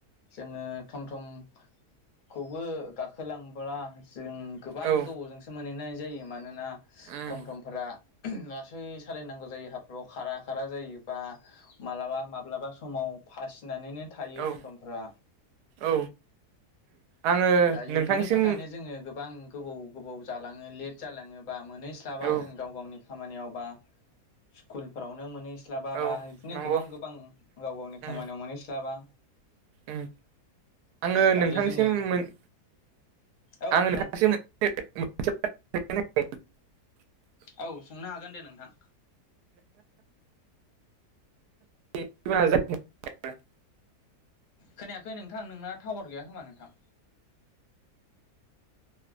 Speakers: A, on the left; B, on the right.
A: जोङो थम थमखौबो गाखोलां फुराजों गोबां
B: औ
A: गोबावजोंसो मोनहैनाय जायो मानोना
B: उम
A: थम थमफोरा लासै सालायनांगौ जायो हाब्रुआव खारा खारा जायो बा माब्लाबा माब्लाबा समाव फासिनानैनो थायो
B: औ
A: थम थमफ्रा
B: औ आङो
A: दायो
B: नोंथांसिम
A: बेनि थाखायनो जोङो गोबां होबौ गोबाव जालाङो लेट जालाङो बा मोनहैस्लाबा
B: औ
A: जों गाव गावनि खामानियाव बा स्कुलफोरावनो मोनहैस्लाबा बा
B: औ
A: बिदिनो
B: नंगौ
A: गोबां गोबां गाव गावनि
B: उम
A: खामानियाव मोनहैस्लाबा
B: उम आङो
A: दायो
B: नोंथांसिम
A: जोङो
B: मोन
A: औ
B: आङो
A: नोंथां
B: नोंथांसिम <unintelligible>
A: औ सोंनो हागोन दे नोंथां
B: <inaudible>
A: खोनायाखै नोंथां नोंना टावार गैया खोमा नोंथां